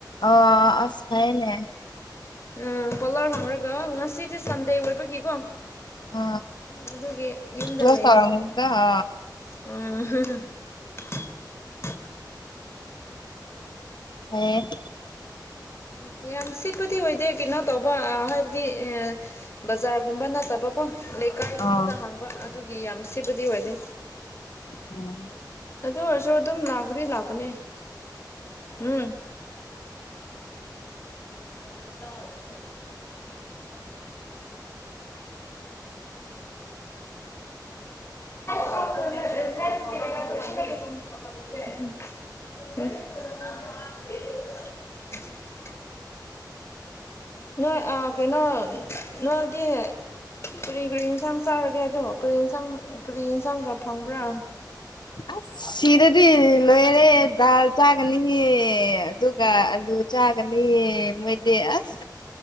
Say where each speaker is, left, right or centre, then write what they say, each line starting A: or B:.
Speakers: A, on the left; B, on the left.
A: ꯑꯣ ꯑꯁ ꯍꯥꯏꯥꯏꯅꯦ
B: ꯑ ꯄꯂꯔ ꯍꯪꯔꯒꯣ ꯉꯁꯤꯗꯤ ꯁꯟꯗꯦ ꯑꯣꯏꯕꯒꯀꯣ
A: ꯑ
B: ꯑꯗꯨꯒꯤ ꯌꯨꯝꯗ
A: ꯀ꯭ꯂꯣꯁ
B: ꯂꯩꯌꯦ
A: ꯇꯧꯔꯝꯒꯅꯤꯀꯣ ꯑ
B: <unintelligible>
A: ꯐꯌꯦ
B: ꯎꯝ ꯌꯥꯝ ꯁꯤꯠꯄꯗꯤ ꯑꯣꯏꯗꯦ ꯀꯩꯅꯣ ꯇꯧꯕ ꯍꯥꯏꯕꯗꯤ ꯕꯖꯥꯔꯒꯨꯝꯕ ꯅꯠꯇꯕ ꯍꯣꯏ ꯂꯩꯀꯥꯏꯒꯨꯝꯕꯗ
A: ꯑ
B: ꯍꯥꯡꯕ ꯑꯗꯨꯒꯤ ꯌꯥꯝ ꯁꯤꯕꯨꯗꯤ ꯑꯣꯏꯗꯦ
A: ꯎꯝ
B: ꯑꯗꯨ ꯑꯣꯏꯔꯁꯨ ꯑꯗꯨꯝ ꯂꯥꯛꯄꯗꯤ ꯂꯥꯛꯄꯅꯦ ꯎꯝ ꯔꯃꯤ ꯂꯅ ꯐ <inaudible> <inaudible> ꯎ ꯅ ꯀꯩꯅꯩꯅ ꯅꯗꯤꯗꯤ ꯀꯔꯤ ꯀꯒꯥꯔꯤ ꯏꯟꯁꯥꯡ ꯆꯥꯔꯒꯦ ꯑꯗꯣ ꯀꯔꯤꯟꯥꯡ ꯀꯒꯥꯔꯤ ꯏꯟꯁꯥꯡꯒ ꯐꯪꯕ꯭ꯔꯥ
A: ꯑꯁ ꯁꯤꯗꯗꯤ ꯂꯣꯏꯔꯦ ꯗꯥꯜ ꯆꯥꯒꯅꯤ ꯑꯗꯨꯒ ꯆꯒꯅꯤ ꯃꯣꯏꯗꯦ ꯑꯁ